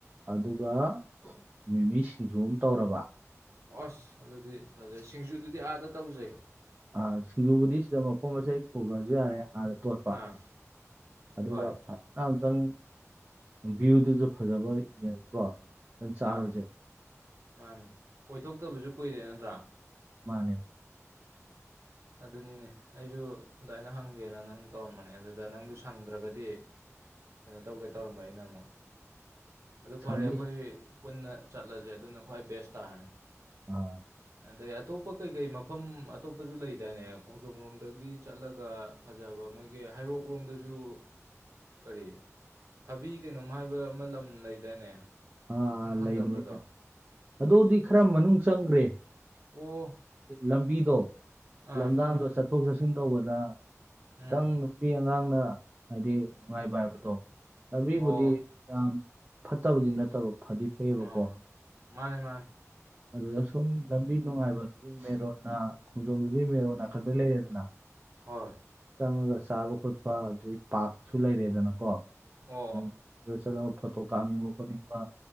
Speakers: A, on the right; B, on the right.
A: ꯑꯗꯨꯒ ꯃꯤꯃꯤ ꯁꯤꯡꯖꯨ ꯑꯝ ꯇꯧꯔꯕ
B: ꯑꯣꯁ ꯑꯗꯨꯗꯤ ꯐꯖꯩ ꯁꯤꯡꯖꯨꯗꯨꯗꯤ ꯑꯥꯗ ꯇꯧꯖꯦ
A: ꯑꯥ ꯁꯤꯡꯖꯨꯕꯨꯗꯤ ꯁꯤꯗ ꯃꯄꯣꯠ ꯃꯆꯩ ꯄꯨꯒ꯭ꯔꯖꯨ ꯌꯥꯔꯦ ꯑꯥꯗ ꯇꯣꯠꯄ
B: ꯑꯥ
A: ꯑꯗꯨꯒ
B: ꯍꯣꯏ
A: ꯐ ꯅ ꯑꯝꯇꯪ ꯚ꯭ꯌꯨꯗꯨꯖꯨ ꯐꯖꯕ ꯌꯦꯡꯉꯀꯣ ꯆꯥꯔꯨꯁꯦ
B: ꯑꯥ ꯃꯥꯅꯤ ꯀꯣꯏꯊꯣꯛꯇꯕꯖꯨ ꯀꯨꯏꯔꯦ ꯅꯠꯇ꯭ꯔꯥ
A: ꯃꯥꯅꯦ
B: ꯑꯗꯨꯅꯤꯅꯦ ꯑꯩꯖꯨ ꯑꯗꯥꯏꯅ ꯍꯪꯒꯦꯅ ꯅꯪ ꯇꯧꯔꯝꯕꯅꯦ ꯑꯗꯨꯗ ꯅꯪꯗꯨ ꯁꯪꯗ꯭ꯔꯒꯗꯤ ꯀꯩꯅꯣ ꯇꯧꯒꯦ ꯇꯧꯔꯝꯕ ꯑꯩꯅ ꯑꯃꯨꯛ ꯑꯗꯨ ꯐꯥꯔꯦ
A: ꯁꯪꯅꯤ
B: ꯑꯈꯣꯏ ꯄꯨꯟꯅ ꯆꯠꯂꯖꯦ ꯑꯗꯨꯅ ꯈ꯭ꯋꯥꯏ ꯕꯦꯁ ꯇꯥꯔꯅꯤ
A: ꯑ
B: ꯑꯗꯩ ꯑꯇꯣꯞꯄ ꯀꯩ ꯀꯩ ꯃꯐꯝ ꯑꯇꯣꯞꯄꯖꯨ ꯂꯩꯗꯥꯏꯅꯦ ꯈꯣꯡꯖꯣꯝꯔꯣꯝꯗꯒꯤ ꯆꯠꯂꯒ ꯐꯥꯖꯕ ꯃꯣꯏ ꯒꯦ ꯍꯩꯔꯣꯛꯂꯣꯝꯗꯖꯨ ꯀꯔꯤ ꯊꯕꯤ ꯀꯩꯅꯣꯝ ꯍꯥꯏꯕ ꯑꯃ ꯂꯝ ꯂꯩꯗꯥꯏꯅꯦ
A: ꯑꯥꯥ
B: ꯅꯪ ꯈꯪꯗꯕ꯭ꯔꯗꯣ
A: ꯂꯩꯕꯅꯦ ꯑꯗꯨꯗꯤ ꯈ꯭ꯔ ꯃꯅꯨꯡ ꯆꯪꯒ꯭ꯔꯦ
B: ꯑꯣ
A: ꯂꯝꯕꯤꯗꯣ
B: ꯑꯥ
A: ꯂꯝꯗꯥꯡꯗꯣ ꯆꯠꯊꯣꯛ ꯆꯠꯁꯤꯟ ꯇꯧꯕꯗ
B: ꯎꯝ
A: ꯇꯪ ꯅꯨ ꯄꯤ ꯑꯉꯥꯡꯅ ꯍꯥꯏꯗꯤ ꯅꯨꯡꯉꯥꯏꯕ ꯍꯥꯏꯕꯗꯣ ꯂꯝꯕꯤꯕꯨꯗꯤ
B: ꯑꯣ
A: ꯌꯥꯝ ꯐꯠꯇꯕꯗꯤ ꯅꯠꯇꯕ ꯐꯗꯤ ꯐꯩꯌꯦꯕꯀꯣ
B: ꯑꯣ ꯃꯥꯅꯦ ꯃꯥꯅꯦ
A: ꯑꯗꯨꯗ ꯁꯨꯝ ꯂꯝꯕꯤ ꯅꯨꯡꯉꯥꯏꯕꯗꯨꯗꯤ ꯃꯦꯔꯣꯠꯅ ꯈꯣꯡꯖꯣꯝꯗꯨꯗꯤ ꯃꯦꯔꯣꯠ ꯅꯥꯀꯟꯗ ꯂꯩꯔꯦꯗꯅ
B: ꯍꯣꯏ
A: ꯆꯪꯉꯒ ꯆꯥꯕ ꯈꯣꯠꯄ ꯑꯗꯨꯗꯩ ꯄꯥꯛꯁꯨ ꯂꯩꯔꯦꯗꯅꯀꯣ ꯑꯗꯨꯝ
B: ꯑꯣ
A: ꯑꯗꯨꯗ ꯆꯠꯂꯒ ꯐꯣꯇꯣ ꯀꯥꯞꯅꯤꯡꯕ ꯈꯣꯠꯅꯤꯡꯕ